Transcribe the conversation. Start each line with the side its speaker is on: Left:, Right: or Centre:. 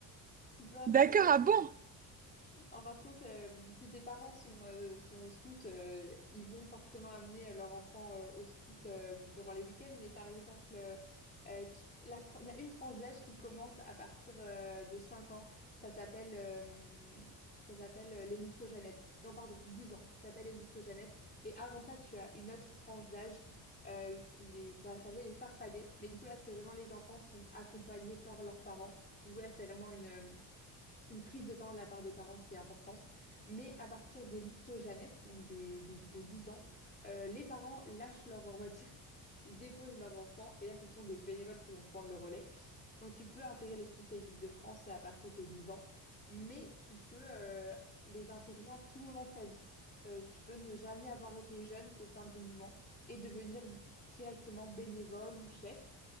Left: Tu penses,
Right: D'accord,
Left: euh,
Right: ah bon?
Left: tu... En fin de compte, euh, si tes parents sont, euh, sont au scout, euh, ils vont forcément amener leur enfant euh, au scout euh, durant les week-ends. Mais par exemple, euh, euh, tu- la tran- il y a une tranche d'âge qui commence à partir euh, de 5 ans. Ça s'appelle euh, ça s'appelle euh, les louveteaux-jeannettes. Non, pardon, 10 ans. Ça s'appelle les louveteaux-jeannettes. Et avant ça, tu as une autre tranche d'âge. euh, les, ça s'appelait les farfadets. Mais du coup, là, c'est vraiment les enfants sont accompagnés par leurs parents. Du coup, là, c'est vraiment une, euh, une prise de temps de la part des parents qui est importante. Mais à partir des louveteaux-jeunettes, donc des, des- de 10 ans, euh, les parents lâchent leur, on va dire, <laughs> déposent leur enfant. Et là, ce sont des bénévoles qui vont prendre le relais. Donc, tu peux intégrer les scouts et les guides de France à partir de 10 ans, mais tu peux euh, les intégrer à tout moment de ta vie. Euh, tu peux ne jamais avoir été jeune au sein du mouvement et devenir directement bénévole ou chef.